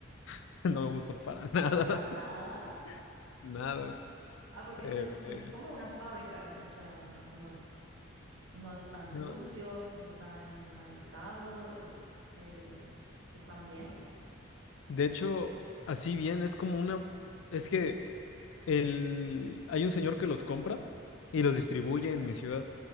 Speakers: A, on the left; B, on the right.
A: <laughs> no me gusta para nada,
B: Para nada.
A: <laughs> nada.
B: Ah, porque
A: Eh,
B: eso es, es como una fábrica, esa, no, no, no están sucios
A: no,
B: ni están en mal estado, es, eh, están bien.
A: De hecho, así bien, es como una, es que el, hay un señor que los compra y los distribuye en mi ciudad